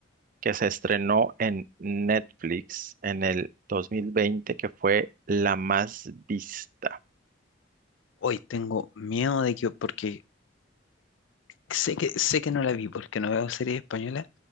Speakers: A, on the right; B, on the left.
A: que se estrenó en Netflix en el 2020 que fue la más vista.
B: Hoy tengo miedo de que, porque sé que, sé que no la vi porque no veo series españolas,